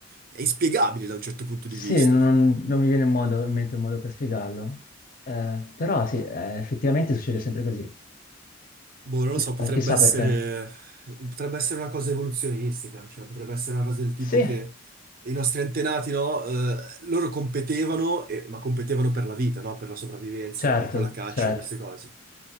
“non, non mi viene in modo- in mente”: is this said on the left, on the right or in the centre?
Left